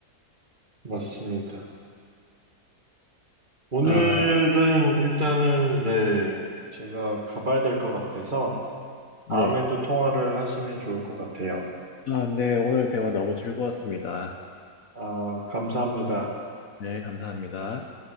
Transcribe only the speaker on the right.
맞습니다. 오늘은
일단은 네, 제가 가봐야 될 것 같아서
다음에 또 통화를 하시면 좋을 것 같아요.
아, 감사합니다.